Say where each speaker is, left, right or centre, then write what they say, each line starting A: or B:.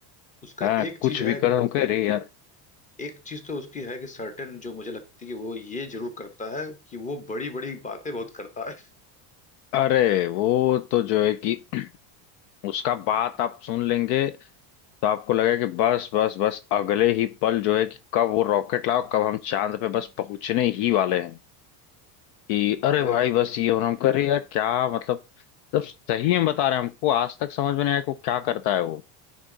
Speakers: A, on the left; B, on the left.
A: उसका
B: हाँ
A: एक
B: कुछ
A: चीज है
B: भी करो
A: कि-
B: कह रही
A: एक चीज तो उसकी है कि सर्टेन जो मुझे लगती है कि वो ये जरूर करता है कि वो बड़ी बड़ी बातें बहुत करता है
B: अरे वो तो जो है कि <clears throat> उसका बात आप सुन लेंगे तो आपको लगेगा कि बस बस बस अगले ही पल जो है कि कब वो रॉकेट लाओ कब हम चांद पे बस पहुंचने ही वाले हैं कि अरे
A: अरे
B: भाई बस ये और हम कर रहे हैं, यार क्या मतलब मतलब सही में बता रहे हैं हमको आज तक समझ में नहीं आया कि वो क्या करता है वो